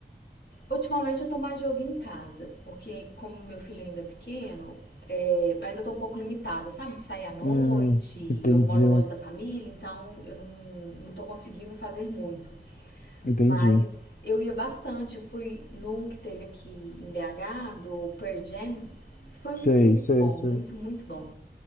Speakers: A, on the left (about 80°); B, on the left (about 50°).
A: Ultimamente eu tô mais de ouvir em casa, porque como meu filho ainda é pequeno, é, ainda tô um pouco limitada, sabe? De Sair à noite,
B: Hum, entendi,
A: eu moro longe da família, então eu não, não tô conseguindo fazer muito.
B: entendi.
A: Mas eu ia bastante, eu fui num que teve aqui em BH, do Pearl Jam, foi
B: Sei,
A: muito
B: sei,
A: bom,
B: sei.
A: muito, muito bom.